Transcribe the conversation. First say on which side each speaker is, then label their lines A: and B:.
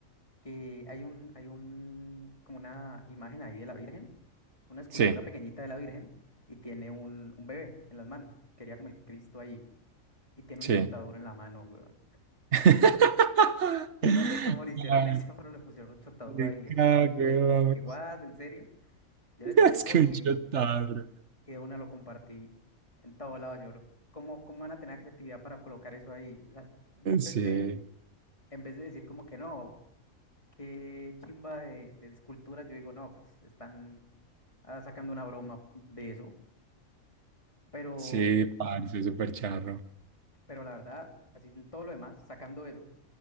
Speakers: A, on the left; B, on the right.
A: Que hay un, hay un, como una imagen ahí de la Virgen, una escultura
B: Sí,
A: pequeñita de la Virgen, y tiene un, un bebé en las manos, quería como el Cristo ahí, y tiene
B: sí.
A: un chontaduro en la mano, weón.
B: <laughs>
A: Yo no sé cómo le hicieron
B: Ay,
A: eso, <laughs> pero le pusieron un chontaduro
B: qué
A: ahí, y eso,
B: cago.
A: yo dije como que, what,
B: <laughs>
A: ¿en serio? Yo le tomé
B: Es
A: foto
B: que un
A: y,
B: chotarro.
A: y de una lo compartí en todo lado, yo, lo- ¿cómo, cómo van a tener la creatividad para colocar eso ahí? O sea, yo en vez
B: Sí,
A: de en vez de decir como que no, qué chimba de, de escultura. Yo digo, no, pues están ah, sacando una broma de eso. Pero,
B: sí, parce, súper charro.
A: pero la verdad, así en todo lo demás, sacando eso,